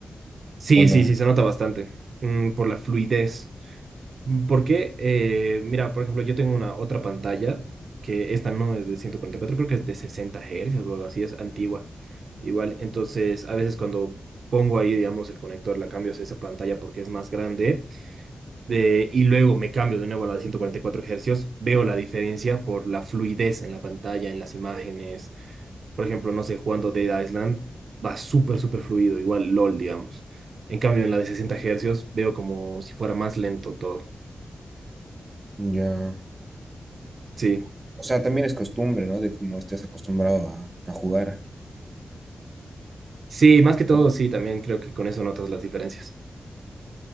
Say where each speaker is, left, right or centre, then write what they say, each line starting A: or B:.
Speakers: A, on the right; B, on the right.
A: Sí,
B: o no?
A: sí, sí, se nota bastante. Mm, por la fluidez. Porque, eh, mira, por ejemplo, yo tengo una otra pantalla que esta no es de 144, creo que es de sesenta Hz o algo así, es antigua. Igual, entonces a veces cuando pongo ahí, digamos, el conector, la cambio a esa pantalla porque es más grande de- y luego me cambio de nuevo a la de 144 hercios, veo la diferencia por la fluidez en la pantalla, en las imágenes. Por ejemplo, no sé, jugando Dead Island va súper, súper fluido, igual LOL, digamos. En cambio, en la de 60 hercios veo como si fuera más lento todo.
B: Ya.
A: Sí,
B: O sea, también es costumbre, ¿no? De cómo estés acostumbrado a, a jugar.
A: sí, más que todo,
B: O-
A: sí, también creo que con eso notas las diferencias.